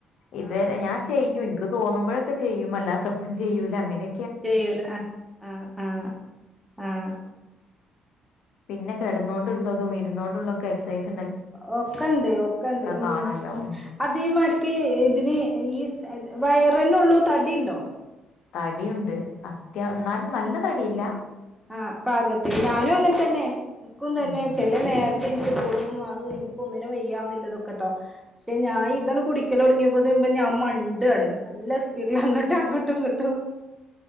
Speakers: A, on the left (about 70°); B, in the centre.
A: ഇത്
B: ആഹ്
A: വരെ ഞാൻ ചെയ്യും ഇൻക്ക് തോന്നും പ്പം ചെയ്യും അല്ലാത്തപ്പം ചെയ്യൂല അങ്ങനെ
B: ചെയ്യൂല ആ ആഹ ആഹ ആഹ
A: പിന്നെ കെട് ക്ക്ണോണ്ട്ള്ളതും ഇരുന്നോണ്ടുള്ളൊക്കെ എക്സൈസ്
B: ഒ ഒക്കെണ്ട് ഒക്കണ്ട് ഉ
A: കാണുമല്ലോ ഉം
B: അതേമാര്ക്ക് ഇതിന് ഈ വയ റ്‌നൊള്ളൂ തടിണ്ടോ
A: തടിയുണ്ട് ത്യം എന്നാലും നല്ലതടിയില്ല
B: ആഹ പാകത്തിന് ഞാനും അങ്ങൻതന്നെ എനിക്കും തന്നെ
A: ഉം
B: ചെല നേരത്ത്ൻക്ക് തോന്നും അഅ് ഇൻക്കൊന്നിനും വെയ്യന്നില്ലതൊക്കെട്ടോ പക്ഷെ ഞാൻ ഇതംകുടിക്ക കുടിക്കലൊട്ങ്ങ്യപോത്തിന് ഇപ്പോ ഞാൻ മണ്ട്യാണ്. നല്ല സ്പീഡിൽ അങ്ങട്ടും അങ്ങട്ടും ഇങ്ങട്ടും